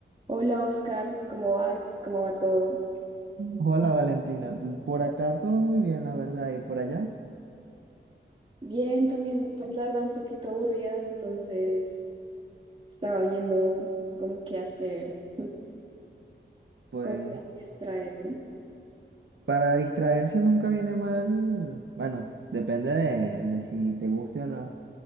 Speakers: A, on the right; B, on the right.
A: Hola Oscar, ¿cómo vas? ¿Cómo va todo?
B: Hola Valentina, tú- por acá todo muy bien, la verdad, y por allá,
A: Bien, también, pues la verdad un poquito aburrida, entonces estaba viendo como qué hacer, <laughs>
B: pues
A: cómo para distraerme.
B: para distraerse nunca viene mal, bueno, depende de, de si te guste o no.